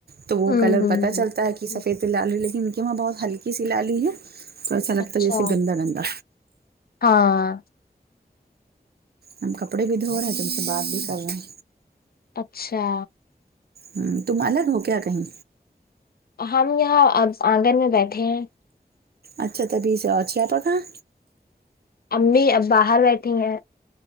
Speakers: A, on the right; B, on the left.
A: تو وہ
B: ہ
A: کلر
B: ہ
A: پتہ چلتا ہے کہ سفید لالی لیکن ان کے وہاں بہت ہلکی سی لالی ہے تو ایسا لگتا
B: اچھا
A: ہے جیسے گندا گندا
B: ہاں
A: ہم کپڑے بھی دھو رہے ہیں تم سے بات بھی کر رہے ہیں
B: اچھا
A: ہمم تم الگ ہو کیا کہی
B: ہم یہاں اب آنگن میں بیٹھے ہیں
A: اچھا تبھی سے اچھی آپا کہاں
B: امی اب باہر بیٹھی ہیں